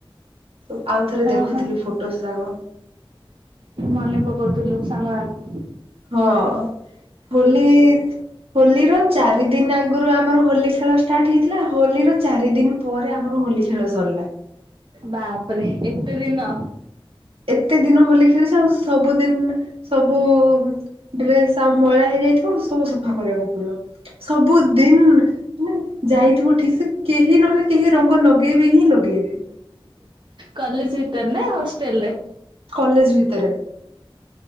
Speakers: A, on the right; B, on the right.
A: ତ ଆଉ ଥରେ ଦେଖୁଥିଲୁ
B: ଓହୋ
A: ଫୋଟୋସ୍ ଯାକ।
B: ମନେ ପକଉଥିଲୁ ଲୋକ ସାଙ୍ଗ।
A: ହଁ ହୋଲି ହୋଲିର ଚାରି ଦିନ ଆଗରୁ ଆମର ହୋଲି ଖେଳନ୍ତି। ଷ୍ଟାର୍ଟ ହେଇଥିଲା ହୋଲିର ଚାରି ଦିନ ପରେ ଆମର ହୋଲି ଖେଳ ସରିଲା।
B: ବାପରେ ଏତେ ଦିନ।
A: ଏତେ ଦିନ ହୋଲି ଖେଳିଛି ଆଉ ସବୁଦିନ ସବୁ। ଡ୍ରେସ୍ ଆ ମଇଳା ହେଇଯାଇଥିବ ସବୁ ସଫା କରିବାକୁ ପଡିବ ସବୁ ଦିନ। ନା ଯାଇଥିବୁ ଠିକ ସେ କେହି ନହେଲେ କେହି ରଙ୍ଗ ଲଗେଇବେ ହିଁ ଲଗେଇବେ।
B: କଲେଜ ଭିତରେ ନା ହାଷ୍ଟେଲ ରେ।
A: କଲେଜ ଭିତରେ।